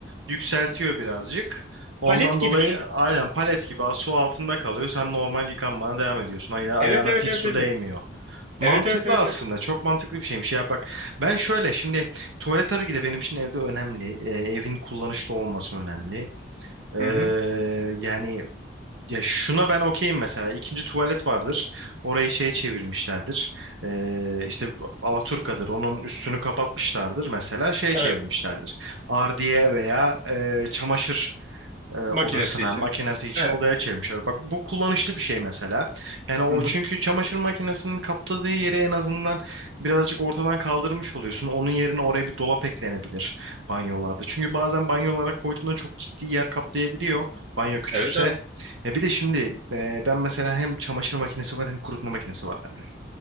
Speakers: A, on the right; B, on the right.
A: Yükseltiyor birazcık. Ondan
B: Palet gibi
A: dolayı
B: düşün.
A: aynen palet gibi su altında kalıyor. Sen normal yıkanmana devam ediyorsun. Ayağına, ayağına
B: Evet evet
A: pis
B: evet
A: su
B: evet.
A: değmiyor.
B: Evet
A: Mantıklı
B: evet evet evet.
A: aslında.
B: evet.
A: Çok mantıklı bir şeymiş. Ya bak ben şöyle şimdi tuvalet tabii ki de benim için evde önemli. Ee, evin kullanışlı olması önemli. Ee,
B: Hı hı.
A: yani ya şuna ben okeyim mesela. İkinci tuvalet vardır. Orayı şeye çevirmişlerdir. Ee, işte Alaturka'dır. Onun üstünü kapatmışlardır. Mesela şeye
B: Evet.
A: çevirmişlerdir. Ardiye veya e, çamaşır e, odasına
B: Makinesi Evet. için.
A: makinesi için
B: Evet.
A: odaya çevirmişler. Bak bu kullanışlı bir şey mesela. Yani o
B: Hı hı.
A: çünkü çamaşır makinesinin kapladığı yeri en azından birazcık ortadan kaldırmış oluyorsun. Onun yerine oraya bir dolap eklenebilir banyolarda. Çünkü bazen banyolara koyduğunda çok ciddi yer kaplayabiliyor. Banyo küçükse.
B: Evet evet.
A: E bir de şimdi e, ben mesela hem çamaşır makinesi var hem kurutma makinesi var bende.